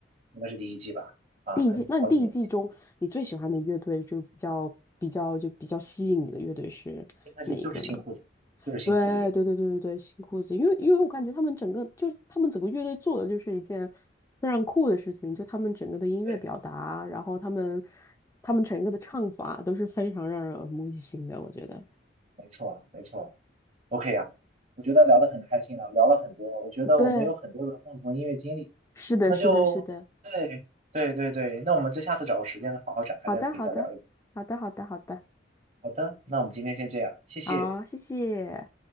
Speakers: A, on the right; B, on the left.
A: 应该是第一季吧，啊，
B: 第一季，
A: 很好几年前，
B: 那你第一季中你最喜欢的乐队就比较比较就比较吸引你的乐队是哪一个呢？
A: 应该是就是新裤子，就是新裤子乐队，
B: 对对对对对对，新裤子，因为因为我感觉他们整个就是他们整个乐队做的就是一件非常酷的事情，就他们整个的音乐表达，
A: 对，
B: 然后他们他们整个的唱法都是非常让人耳目一新的，我觉得。
A: 没错，没错。OK 啊，我觉得聊得很开心了，聊了很多，我觉得我们有很多的共同音乐经历，
B: 对，是的，
A: 那就对对对对，
B: 是的，是的。
A: 那我们就下次找个时间再好好展开，
B: 好的，
A: 再可以再聊一聊。
B: 好的，好的，好的，好的。
A: 好的，那我们今天先这样，谢谢。
B: 好，谢谢。